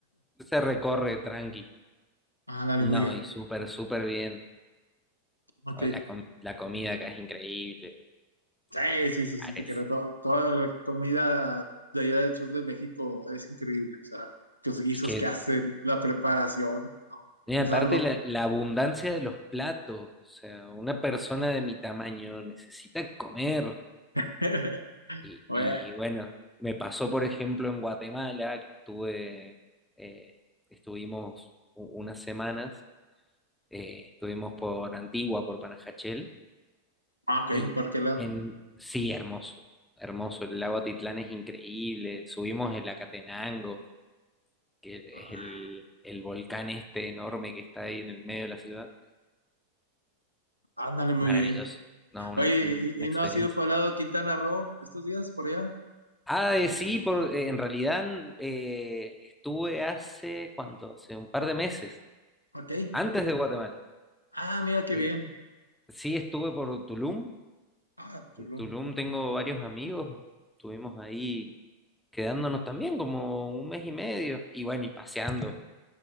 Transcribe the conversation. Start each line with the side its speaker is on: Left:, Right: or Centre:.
Centre: se recorre tranqui.
Left: Ah, dale,
Centre: No,
Left: muy bien.
Centre: y súper, súper bien.
Left: Ok.
Centre: O La, com- la comida acá es increíble,
Left: Sí,
Centre: a los
Left: sí,
Centre: lugares.
Left: sí, sí, te creo. Todo- toda la comida de allá del sur de México es increíble. O sea, los guisos
Centre: Es que,
Left: que hacen, la preparación, no, hombre,
Centre: mira,
Left: es
Centre: aparte
Left: algo.
Centre: la, la abundancia de los platos, o sea, una persona de mi tamaño necesita comer.
Left: <laughs>
Centre: Y,
Left: Oye,
Centre: y bueno, me pasó, por ejemplo, en Guatemala, que estuve, eh, estuvimos u- unas semanas, eh, estuvimos por Antigua, por Panajachel,
Left: ah, ok,
Centre: y
Left: ¿por qué lado?
Centre: en, sí, hermoso, hermoso, el lago Atitlán es increíble, subimos el Acatenango, que
Left: Ah,
Centre: es el, el volcán este enorme que está ahí en el medio de la ciudad,
Left: ándale, muy
Centre: maravilloso,
Left: bien.
Centre: no, un-
Left: Oye,
Centre: una
Left: ¿y, y
Centre: experiencia.
Left: no has ido para el lado de Quintana Roo estos días por allá?
Centre: Ah, de sí, por, eh, en realidad eh, estuve hace, ¿cuánto? Hace un par de meses,
Left: Ok.
Centre: antes de Guatemala.
Left: Ah, mira qué
Centre: Eh,
Left: bien.
Centre: sí, estuve por Tulum.
Left: Ah, Tulum.
Centre: En Tulum tengo varios amigos. Estuvimos ahí quedándonos también como un mes y medio. Y bueno, y paseando,